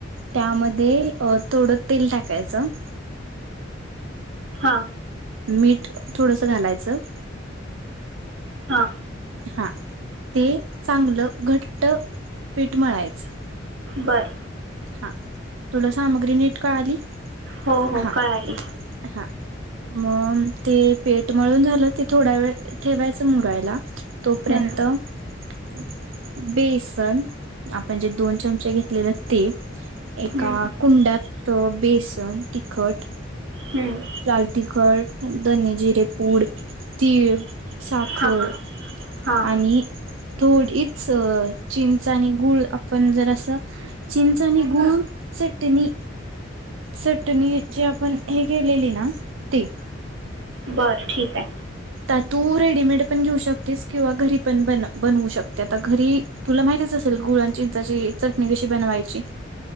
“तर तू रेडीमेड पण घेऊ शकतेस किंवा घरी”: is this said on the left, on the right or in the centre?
Right